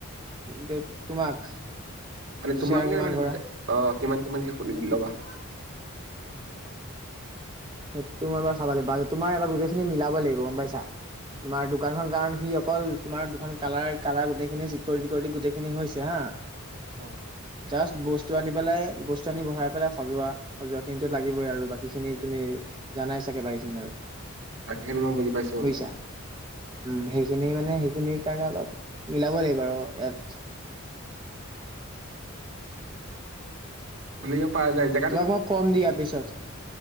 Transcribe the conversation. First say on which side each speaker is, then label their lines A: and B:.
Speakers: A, on the right; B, on the right.
A: দে, তোমাক?
B: মানে তোমাক
A: শ্বেয়াৰ
B: বুলি
A: কিমান
B: নহয়,
A: কৰা
B: অ' কিমান কিমানকৈ কৰি ল'বা?
A: সেইটো মই এবাৰ চাব লাগিব তোমাৰ এবাৰ গোটেই খিনি মিলাব লাগিব, গম পাইছা। তোমাৰ দোকানখন কাৰণ সি অকল তোমাৰ দোকান কালাৰ, কালাৰ গোটেইখিনি চিকৰীতি তিকৌৰিতি গোটেইখিনি খিনি হৈছে হা,
B: অ',
A: জাষ্ট বস্তু বস্তু আনি পেলাই বস্তু আনি বহাই পেলাই সজোৱা, সজোৱা খিনিতো লাগিবই আৰু বাকীখিনি তুমি জানাই চাগে বাকিখিনি আৰু।
B: বাকীখিনি মই বুজি পাইছো
A: বুজিছা, উম সেইখিনি মানে সেইখিনিৰ কাৰণে অলপ মিলাব লাগিব আৰু ইয়াত।
B: খুলিব পাৰা যায় যে
A: তোমাক মই কম দিয়া পিছত।